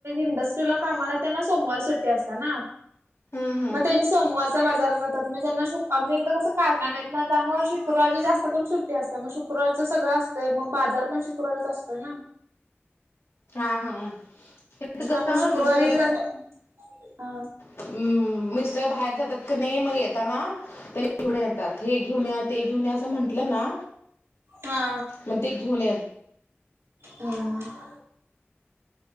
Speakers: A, on the right (about 75°); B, on the left (about 70°).
A: इंडस्ट्रीला काम आलं, त्यांना सोमवार सुट्टी. ते असतं ना.
B: हम्, हम.
A: मग ते सोमवारचा बाजार जातात. मग ज्यांना श, आमच्या इकडे कस कारखाने आहेत ना, त्यामुळे शुक्रवारी जास्त करून सुट्टी असते. तर मग शुक्रवारचं सगळं असतंय, मग बाजार पण शुक्रवारच असतोय ना?
B: हा, हा. इथं
A: त्यामुळे
B: कसं
A: शुक्रवारी
B: मिस्टर
A: जरा हा
B: हं, मिस्टर बाहेर जातात का नाही मग येताना ते घेऊन येतात. हे घेऊन या, ते घेऊन, असं म्हटलं ना
A: हा
B: मग ते घेऊन
A: हम.